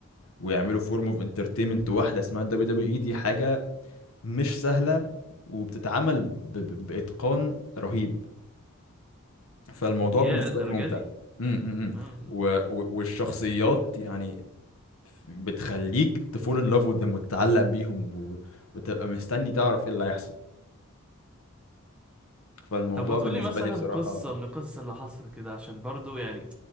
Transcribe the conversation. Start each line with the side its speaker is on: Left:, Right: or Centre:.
Left: ويعملوا فورم اوف انترتينمنت واحدة اسمها دبليو دبليو اي دي حاجة مش سهلة وبتتعمل ب... ب... بإتقان رهيب فالموضوع
Centre: يا
Left: بالنسبة
Centre: الدرجه
Left: لي ممتع
Centre: دي
Left: امم امم امم.
Centre: آه.
Left: و... و... والشخصيات يعني بتخليك تفول ان لاف with them وتتعلق بيهم و... وتبقى مستني تعرف ايه اللي هيحصل فالموضوع
Centre: طب ما تقولي
Left: بالنسبة
Centre: مثلا
Left: لي بصراحة
Centre: قصة من القصص اللي حصلت كده عشان برضو يعني